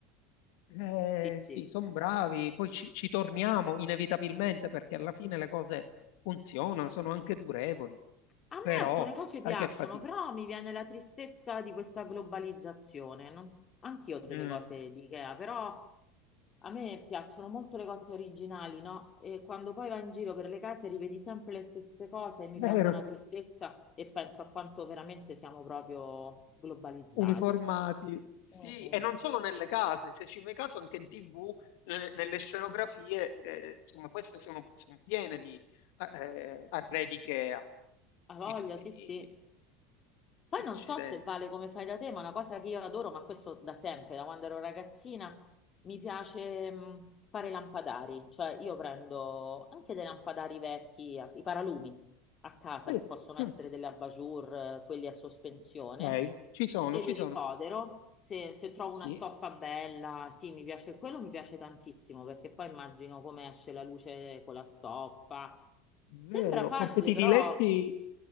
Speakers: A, on the left (about 65°); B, on the left (about 35°).
A: eh,
B: Sì, sì.
A: sì, sono bravi, poi ci, ci torniamo inevitabilmente perché alla fine le cose funzionano, sono anche durevoli,
B: A me
A: però
B: alcune cose
A: sai
B: piacciono,
A: che fatica.
B: però mi viene la tristezza di questa globalizzazione. non- Anch'io ho delle
A: Mm,
B: cose di Ikea, però a me piacciono molto le cose originali, no? E quando poi vai in giro per le case rivedi sempre le stesse cose e mi
A: vero.
B: prende una tristezza e penso a quanto veramente siamo proprio globalizzati.
A: uniformati. Sì,
B: Mm, mm.
A: e non solo nelle case, se ci fai caso anche in TV, eh, nelle scenografie, eh, insomma, queste sono, sono piene di eh, arredi IKEA,
B: Ha voglia,
A: di tutti
B: sì,
A: i tipi.
B: sì. Poi
A: Accidenti.
B: non so se vale come fai da te, ma una cosa che io adoro, ma questo da sempre, da quando ero ragazzina, mi piace mh, fare lampadari. Cioè io prendo anche dei lampadari vecchi, a- i paralumi a casa,
A: Sì,
B: che possono essere
A: mm,
B: delle abajur, eh, quelli a sospensione,
A: lei, ci sono,
B: e
A: ci
B: li
A: sono.
B: ripodero. Se, se trovo
A: Sì,
B: una stoffa
A: è
B: bella, sì, mi piace quello, mi piace tantissimo, perché poi immagino come esce la luce con la stoffa.
A: vero,
B: Sembra facile,
A: perché ti
B: però
A: diletti,